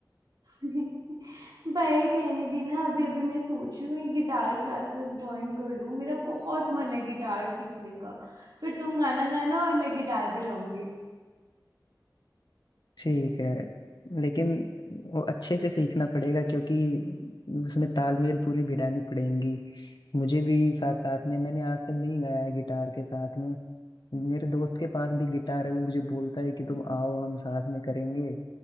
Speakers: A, on the right (about 75°); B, on the left (about 80°).
A: <laughs> भाई मैंने भी ना अभी अभी मैं सोच रही हूँ ये गिटार क्लासेस ज्वाइन कर लूँ मेरा बहुत मन है गिटार सीखने का फिर तुम गाना गाना और मैं गिटार बजाऊंगी
B: ठीक है लेकिन वो अच्छे से सीखना पड़ेगा क्योंकि उसमें तालमेल पूरी भिड़ानी पड़ेगी मुझे भी साथ साथ में मैंने आज तक नहीं गाया है गिटार के साथ में मेरे दोस्त के पास भी गिटार है वो मुझे बोलता है कि तुम आओ हम साथ में करेंगे